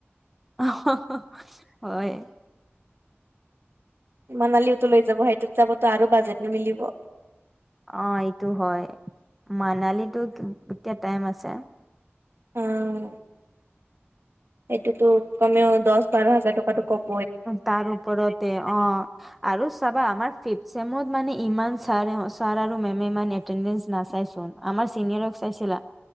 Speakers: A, in the centre; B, on the right (about 60°).
A: অঁ হ হ হয়ঁ!
B: মানালীটো লৈ যাব সেইটোত যাব আৰু বাজেট নিমিলিব।
A: অঁ এইটো হয় মানালীতো এতিয়া টাইম আছে।
B: অঁ এইটোতো কমেও দহ বাৰ হাজাৰ টকাটো কম।
A: তাৰ ওপৰতে অঁ। আৰু চাবা আমাৰ ফিফ চেমত মানে ইমান ছাৰে ছাৰ আৰু মেমে ইমান- এটেনটেচ নাচাই চোন আমাৰ চিনিয়ৰক চাইছিলা?